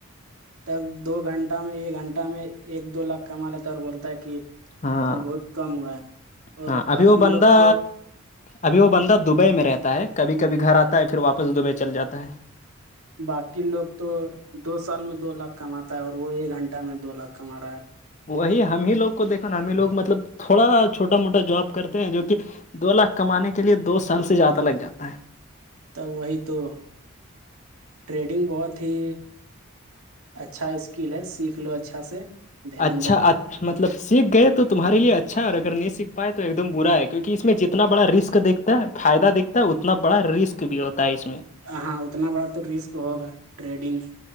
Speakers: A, on the right; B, on the left.
A: تب دو گھنٹہ میں ایک گھنٹہ میں ایک دو لاکھ کما لیتا ہے اور بولتا ہے کہ
B: ہاں
A: آج بہت کم ہوا ہے اور
B: ہاں ابھی
A: باقی
B: وہ
A: لوگ
B: بندہ
A: تو
B: ابھی وہ بندہ دبئی میں رہتا ہے کبھی کبھی گھر آتا ہے پھر واپس دبئی چل جاتا ہے
A: باقی لوگ تو دو سال میں دو لاکھ کماتا ہے اور وہ ایک گھنٹہ میں دو لاکھ کما رہا ہے
B: وہی ہم ہی لوگ کو دیکھو نا ہم ہی لوگ مطلب تھوڑا چھوٹا موٹا جاب کرتے ہیں جو کہ دو لاکھ کمانے کے لیے دو سال سے زیادہ لگ جاتا ہے
A: تب وہی تو ٹریڈنگ بہت ہی اچھا اس کل ہے سیکھ لو اچھا سے دھیان
B: اچھا
A: دے کے
B: مطلب سیکھ گئے تو تمہارے لیے اچھا اور اگر نہیں سیکھ پائے تو ایک دم برا ہے کیونکہ اس میں جتنا بڑا رسک دیکھ فائدہ دکھتا ہے اتنا بڑا رسک بھی ہوتا ہے اس میں
A: ہ ہاں اتنا بڑا تو رسک ہوگا ٹریڈنگ